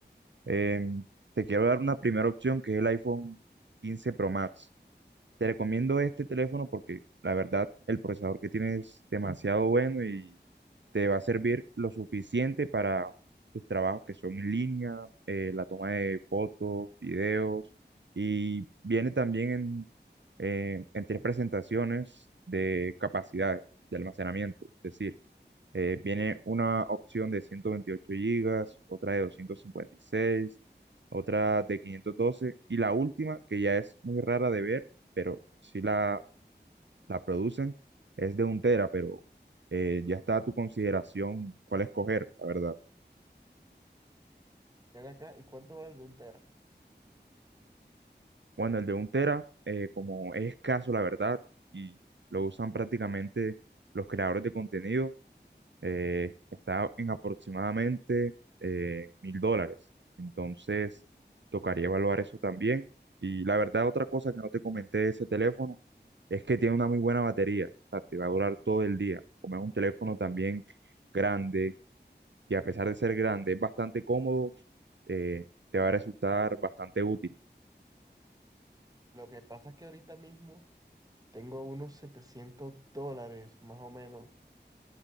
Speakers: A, on the right (about 85°); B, on the right (about 20°).
A: Em, te quiero dar una primera opción que es el iPhone 15 Pro Max. Te recomiendo este teléfono porque la verdad el procesador que tiene es demasiado bueno y te va a servir lo suficiente para tus trabajos que son en línea, eh, la toma de fotos, videos y viene también en, eh, en tres presentaciones de capacidad de almacenamiento. Es decir, eh, viene una opción de 128 gigas, otra de 256, otra de 512 y la última, que ya es muy rara de ver, pero sí la, la producen, es de un tera, pero eh, ya está a tu consideración cuál escoger, la verdad.
B: Ven acá, ¿y cuánto vale el de un tera?
A: Bueno, el de un tera, eh, como es escaso, la verdad, y lo usan prácticamente los creadores de contenido, eh, está en aproximadamente eh, mil dólares. Entonces, tocaría evaluar eso también. Y la verdad, otra cosa que no te comenté de ese teléfono es que tiene una muy buena batería. O sea, te va a durar todo el día. Como es un teléfono también grande y a pesar de ser grande, es bastante cómodo, eh, te va a resultar bastante útil.
B: Lo que pasa es que ahorita mismo tengo unos 700 dólares, más o menos.